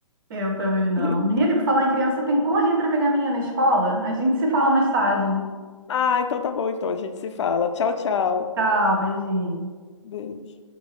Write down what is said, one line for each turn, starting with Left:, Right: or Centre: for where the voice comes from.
Right: Eu também não.
Left: <laughs>
Right: Menina, e por falar em criança, tem que correr para pegar a minha na escola. A gente se fala mais tarde.
Left: Ah, então tá bom, então a gente se fala. Tchau, tchau.
Right: Tchau, beijinho.
Left: Beijo.